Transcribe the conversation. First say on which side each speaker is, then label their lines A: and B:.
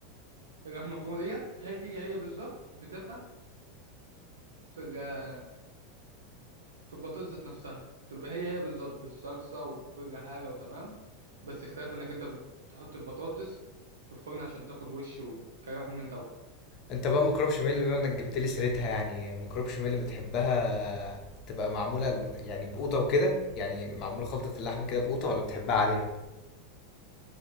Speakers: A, on the right; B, on the left.
A: اللحمه المفرومه ديت هي هي بالظبط بتبقى في ال- في البطاطس ذات نفسها تبقى هي هي بالظبط بالصلصه وكل حاجه وتمام بس اختلاف انك انت بتحط البطاطس في الفرن عشان تاخد وش وكلام من دوت
B: انت بقى ميكروب شميل بما انك جبت لي سيرتها يعني ميكروب شميل بتحبها تبقى معموله يعني بقوطه وكده يعني معموله خلطه اللحمه كده بقوطه ولا بتحبها عاديه